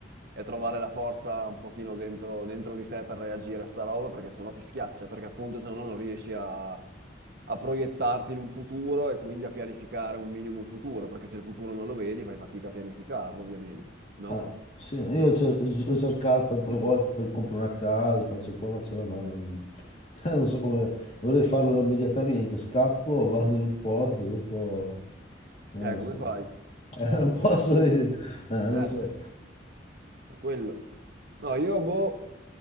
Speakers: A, on the right; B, on the left.
A: è trovare la forza un pochino dentro, dentro di sé per reagire a sta roba perché sennò ti schiaccia, perché appunto se no non riesci a, a proiettarti in un futuro e quindi a pianificare un minimo un futuro, perché se il futuro non lo vedi fai fatica a pianificarlo, ovviamente, no?
B: Ah, sì, io ho cer- ho cercato tante volte per comprare una casa, faccio qua, faccio là, ma non, <laughs> cioè, non so come, dovrei farlo immediatamente, scappo, vado in un posto, dopo, non
A: Eh,
B: lo
A: come
B: so,
A: fai?
B: <laughs> Eh, non posso, eh, non
A: Eh.
B: so.
A: È quello. No, io, boh,